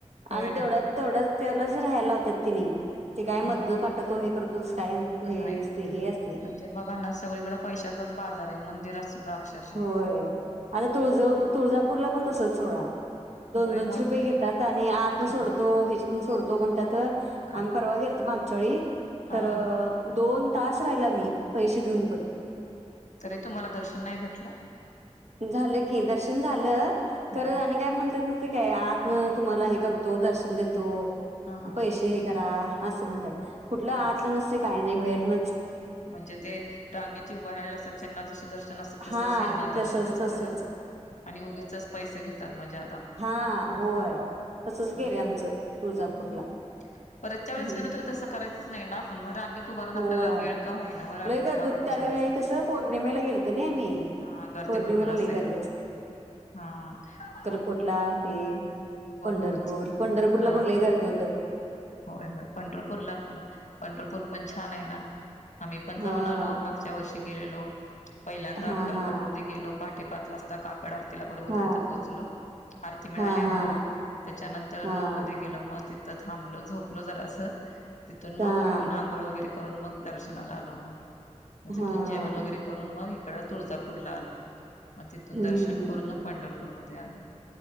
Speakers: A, on the left; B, on the right.
A: होय
B: आणि
A: ना
B: तेवढ्या तेवढं तेलाच राहायला लावत्यात तिनी ते काय
A: हो
B: मधन पाठवतो हे करतो तसं काय हे
A: नाहीच
B: असते
A: की
B: हे असते
A: म्हणजे बघा ना सगळीकड पैशांचाच बाजार आहे मंदिरांत सुद्धा अक्षरशः.
B: व्हय आता तुळजा तुळजापूरला पण तसचं बघा. दोन
A: होय
B: दोनशे
A: मोठ
B: रुपये घेतात आणि आतू सोडतो
A: हा
B: ह्यांच्यातून सोडतो म्हणत्यात आम्ही
A: हा
B: परवा गेलतो मागच्यावेळी तरं
A: हा
B: दोन तासं राहिलो आम्ही पैसे देऊन पणं
A: तरी तुम्हांला दर्शन नाही भेटलं
B: झालं की दर्शन झालं
A: हा
B: खंर
A: हा.
B: आणि कायं म्हणतात माहिती आहे काय आतन
A: हा
B: तुम्हाला हे करत दर्शन देतो
A: हा हा
B: पैसे
A: हा
B: हे करा असं म्हणतात कुठंल आतलं
A: हा
B: काय नाही बाहेरनच
A: म्हणजे ते रांगेत जे उभार राहिलेले असतात ज्यांना जसं दर्शन असतं
B: हा
A: तसंच हयांना
B: तसच
A: दर्शन असतं
B: तसच
A: का आणि उगीचचं पैसे घेतं त्यात मजात
B: हां होय तसंच
A: मग
B: केलं आमचं तुळजापूरला
A: हम्म परतच्या वेळेस
B: हम्म.
A: गेलं तरं तसं करायचच नाही ना आपण मग रांगेत उभं राहून
B: होय
A: आपल्याला वेळ का होईना मग रांगेत
B: लय गर्दी
A: उभा राहूनच
B: होती त्या
A: जायचं
B: वेळेला कसं पौर्णिमेला गेलतो ना आम्ही
A: हा हा गर्दी
B: पौर्णिमेला
A: भरपूर असेल
B: लय गर्दी
A: हा हा
B: कोटला ते पंढरपूर
A: हो
B: पंढरपूरला
A: हा
B: पण लय गर्दी होती
A: होय होय पंढरपूरला पण पंढरपूर पण छान आहे ना आम्ही पण जाऊन
B: हा
A: आलो मागच्या वर्षी गेलेलो पहिल्यादा
B: हा
A: अक्कलकोट
B: हा
A: मध्ये गेलो पहाटे पाच वाजता काकड आरती तिला बरोबर
B: हा
A: तिथं पोहोचलो आरती मिळाली
B: हा
A: आम्हाला
B: हा
A: त्यांच्यानंतर
B: हा
A: रूममध्ये गेलो मग तिथं थांबलो झोपलो जरास तीथून मग
B: हा
A: उठून आंघोळ वगैरे केली करुन मग दर्शनाला आलो मग तिथून
B: हा
A: जेवण वगैरे करुन मग इकडं तुळजापूरला आलो मग तिथून
B: हम्म
A: दर्शन
B: हम्म
A: करून मग पंढरपूरमध्ये आलो